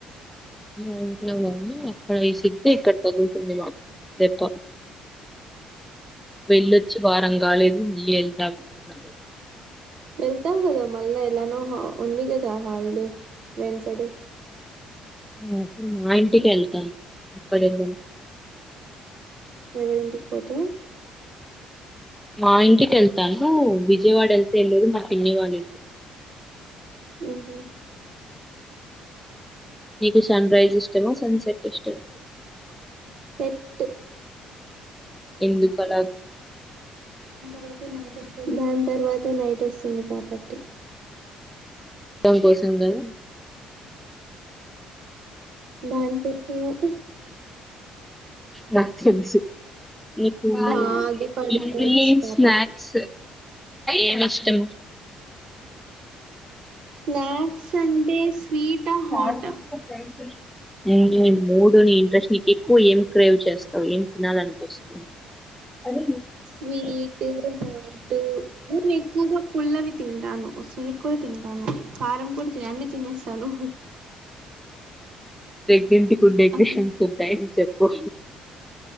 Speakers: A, in the centre; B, on the right (about 60°).
A: మా ఇంట్లో వాళ్ళు అక్కడ విసిర్తే ఇక్కడ తగుల్తుంది మాకు దెబ్బ వెళ్ళొచ్చి వారంగాలేదు మళ్ళీ ఎళ్తాను అంటున్నావు
B: వెళ్తాం కదా మళ్ళా ఎలానో ఉంది కదా హాలిడే వెన్సడే
A: నేను అప్పుడు మా ఇంటికి ఎళ్తాను అప్పుడు ఎళ్ళు
B: ఎవరింటికి పోతావ్
A: మా ఇంటికి ఎళ్తాను విజయవాడ ఎళ్తేలేదు మా పిన్ని వాళ్ళ ఇంటికి
B: మ్మ్ హు
A: నీకు సన్ రైస్ ఇష్టమ సన్సెట్ ఇష్టం
B: సెట్టు
A: ఎందుకు అలగా
B: ఆ తర్వాతే నైటు వస్తాది దాని తర్వాతే నైట్ వస్తది కాబట్టి
A: అవి కోసం గద మ్
B: దాని తర్వత నేనే
A: నాకు సె మి స్సు నీకు
B: బాగా పడుకోవచ్చు
A: ఇమ్ బీలివ్
B: కాబట్టి
A: స్నాక్స్ ఏం ఇష్టము
B: స్నాక్స్ అంటే స్వీటా, హాటా?
A: చ నీ మూడు నీ ఇంట్రెస్ట్ నీకు ఎక్కువ ఏం క్రేవ్ చేస్తావు ఏం తినాలనిపిస్తుంది అది
B: స్వీటు హాట్టు నేను ఎక్కువగ పుల్లవి తింటాను స్వీట్ కూడా తింటాను కారం కూడా అన్ని తినేస్తాను
A: ప్రెగ్నటిప్ ఫుల్ డెకరేషన్స్
B: అవును.
A: ఉంటాయి చెప్పు